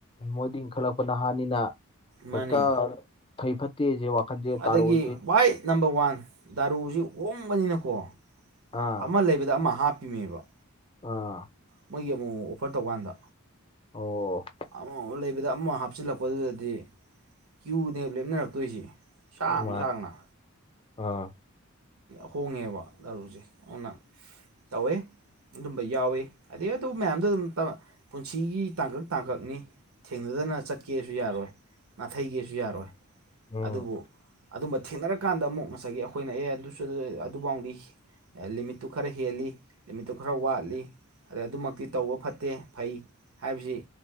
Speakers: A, on the left; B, on the right.
A: ꯃꯣꯏꯗꯤ ꯏꯟꯈꯂꯛ ꯅꯍꯥꯅꯤꯅ
B: ꯃꯥꯅꯤ
A: ꯍꯦꯛꯇ ꯐꯩ ꯐꯠꯇꯦꯁꯦ ꯋꯥꯈꯜꯁꯦ
B: ꯑꯗꯒꯤ
A: ꯇꯥꯔꯛꯑꯣꯏꯗꯣꯏ
B: ꯈ꯭ꯋꯥꯏ ꯅꯝꯕꯔ ꯋꯥꯟ ꯗꯥꯔꯨꯁꯤ ꯍꯣꯡꯕꯅꯤꯅꯀꯣ
A: ꯑꯥ
B: ꯑꯃ ꯂꯩꯕꯗ ꯑꯃ ꯍꯥꯞꯄꯤꯃꯦꯕ
A: ꯑꯥ
B: ꯃꯣꯏꯒꯤ ꯑꯃꯨꯛ ꯑꯣꯐꯔ ꯇꯧꯀꯥꯟꯗ
A: ꯑꯣ
B: ꯑꯃꯃ ꯂꯩꯕꯗ ꯑꯃ ꯍꯥꯞ ꯍꯥꯞꯆꯤꯜꯂꯛꯄꯗꯨꯗꯗꯤ ꯀ꯭ꯌꯨꯅꯦꯕ ꯂꯦꯞꯅꯔꯛꯇꯣꯏꯁꯤ ꯁꯥꯡ
A: ꯃꯥꯟ
B: ꯁꯥꯡꯅ
A: ꯑꯥ
B: ꯍꯣꯡꯉꯦꯕ ꯑꯔꯨꯁꯦ ꯑꯗꯨꯅ ꯇꯧꯋꯦ ꯑꯗꯨꯝꯕ ꯌꯥꯎꯏꯤ ꯑꯗꯩ ꯑꯗꯨ ꯃꯌꯥꯝꯗꯣ ꯑꯗꯨꯝ ꯄꯨꯟꯁꯤꯒꯤ ꯇꯥꯡꯀꯛ ꯇꯥꯡꯀꯛꯅꯤ ꯊꯦꯡꯅꯗꯅ ꯆꯠꯀꯦꯁꯨ ꯌꯥꯔꯣꯏ ꯅꯥꯊꯩꯒꯦꯁꯨ ꯌꯥꯔꯣꯏ
A: ꯎꯝ
B: ꯑꯗꯨꯕꯨ ꯑꯗꯨꯝꯕ ꯊꯦꯡꯅꯔꯀꯥꯟꯗ ꯑꯃꯨꯛ ꯉꯁꯥꯏꯒꯤ ꯑꯩꯈꯣꯏꯅ ꯑꯦ ꯑꯗꯨꯁꯨ ꯑꯗꯨꯕꯥꯎꯗꯤ ꯂꯤꯃꯤꯠꯇꯨ ꯈꯔ ꯍꯦꯜꯂꯤ ꯂꯤꯃꯤꯠꯇꯨ ꯈꯔ ꯋꯥꯠꯂꯤ ꯑꯗꯩ ꯑꯗꯨꯃꯛꯇꯤ ꯇꯧꯕ ꯐꯠꯇꯦ ꯐꯩ ꯍꯥꯏꯕꯁꯤ